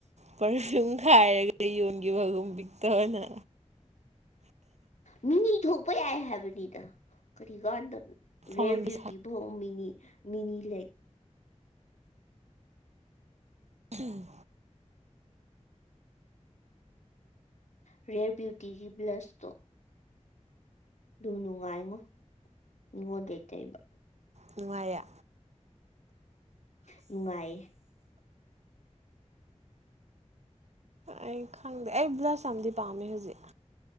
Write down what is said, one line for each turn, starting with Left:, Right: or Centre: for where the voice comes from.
Right: ꯄꯔꯐ꯭ꯤꯌꯨꯝ ꯈꯥꯏꯔꯒꯗꯤ ꯌꯣꯟꯈꯤꯕꯒꯨꯝ ꯄꯤꯛꯇꯕꯅ
Left: ꯃꯤꯅꯤ ꯊꯣꯛꯄ ꯌꯥꯏ ꯍꯥꯏꯕꯅꯤꯗ ꯀꯔꯤ ꯀꯥꯟꯗꯕ ꯔꯦꯌꯔ
Right: ꯐꯥꯎꯟꯒꯤ
Left: ꯕꯤꯌꯨꯇꯤ
Right: ꯁꯥꯇꯤꯟ
Left: ꯐꯥꯎ ꯃꯤꯅꯤ ꯃꯤꯅꯤ ꯂꯩ
Right: ꯎꯝ
Left: ꯔꯦꯌꯔ ꯕ꯭ꯌꯨꯇꯤꯒꯤ ꯕ꯭ꯂꯁꯇꯣ ꯗꯨ ꯅꯨꯡ ꯅꯨꯡꯉꯥꯏꯉꯣ ꯃꯤꯉꯣꯟꯗꯩ ꯇꯩꯕ
Right: ꯅꯨꯡꯉꯥꯏꯌꯦ
Left: ꯅꯨꯡꯉꯥꯏꯌꯦ
Right: ꯑꯩ ꯈꯪꯗꯦ ꯑꯩ ꯕ꯭ꯂꯁ ꯑꯝꯗꯤ ꯄꯥꯝꯃꯦ ꯍꯧꯖꯤꯛ